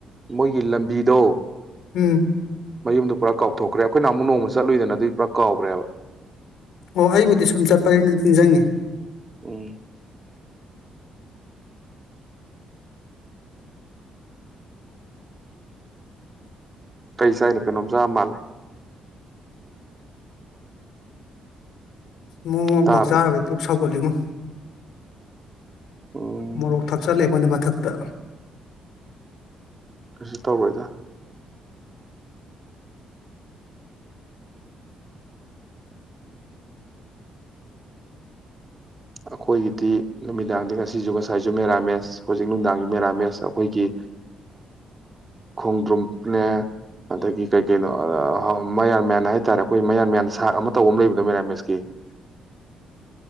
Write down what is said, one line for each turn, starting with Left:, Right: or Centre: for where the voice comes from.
Right: ꯃꯣꯏꯒꯤ ꯂꯝꯕꯤꯗꯣ
Left: ꯎꯝ
Right: ꯃꯌꯨꯝꯗꯨ ꯄꯨꯔꯥ ꯀꯥꯎ ꯊꯣꯛꯈ꯭ꯔꯦ ꯑꯩꯈꯣꯏ ꯂꯨꯍꫭꯡꯕ ꯆꯠꯂꯨꯏꯗꯅ ꯑꯗꯨꯏ ꯄꯨꯔꯥ ꯀꯥꯎꯒ꯭ꯔꯦꯕ
Left: ꯑꯣ ꯑꯩꯕꯨꯗꯤ ꯁꯨꯝ ꯆꯠꯄꯅꯤꯅ ꯅꯤꯡꯖꯪꯉꯦ
Right: ꯎꯝ ꯀꯩ ꯆꯥꯏꯅꯣ ꯀꯩꯅꯣꯝꯆꯥ ꯃꯥꯂꯦ
Left: ꯃꯣꯃꯣ ꯑꯝꯈꯛ
Right: ꯇꯥꯕ꯭ꯔꯥ
Left: ꯆꯥꯔꯨꯕꯩ ꯄꯨꯛ ꯁꯧꯒꯠꯂꯤꯅꯦ
Right: ꯎꯝ
Left: ꯃꯣꯔꯣꯛ ꯊꯛꯆꯜꯂꯦ ꯕ <unintelligible> ꯊꯛꯇ
Right: ꯀꯩꯁꯨ ꯇꯧꯕꯣꯏꯗ ꯑꯩꯈꯣꯏꯒꯤꯗꯤ ꯅꯨꯃꯤꯗꯥꯡꯗꯤ ꯉꯁꯤꯁꯨ ꯉꯁꯥꯏꯁꯨ ꯃꯦꯔꯥꯃꯦꯁ ꯍꯧꯖꯤꯛ ꯅꯨꯡꯗꯥꯡꯒꯤ ꯃꯦꯔꯥꯃꯦꯁ ꯑꯩꯈꯣꯏꯒꯤ ꯈꯣꯡꯗ꯭ꯔꯨꯝꯅꯦ ꯑꯗꯒꯤ ꯀꯩ ꯀꯩꯅꯣ ꯃꯌꯥꯟ ꯃꯌꯥꯟ ꯍꯥꯏꯇꯥꯥꯔꯦ ꯑꯩꯈꯣꯏ ꯃꯌꯥꯟ ꯃꯌꯥꯟ ꯁꯥꯛ ꯑꯃ ꯇꯧꯕ ꯑꯃ ꯂꯩꯕꯗꯣ ꯃꯦꯔꯥꯃꯦꯁꯀꯤ